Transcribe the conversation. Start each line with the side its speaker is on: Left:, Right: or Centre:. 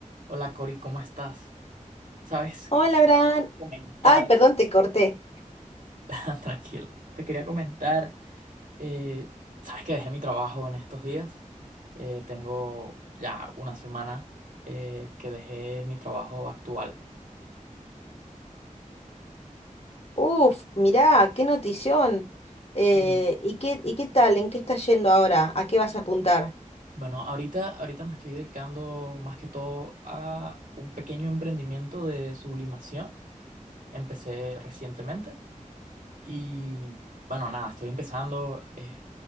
Right: Hola Cori, ¿cómo estás? Sabes,
Left: Hola, Abraham.
Right: quería comentar,
Left: Ay, perdón, te corté.
Right: <laughs> tranquilo, te quería comentar, eh, sabes que dejé mi trabajo en estos días, Eh, tengo ya una semana eh, que dejé mi trabajo actual.
Left: Uf, mirá, qué notición. Eh,
Right: Sí,
Left: ¿y qué, y qué tal? ¿En qué estás yendo ahora? ¿A qué vas a apuntar?
Right: bueno, ahorita, ahorita me estoy dedicando más que todo a un pequeño emprendimiento de sublimación, empecé recientemente. Y bueno, nada, estoy empezando. eh,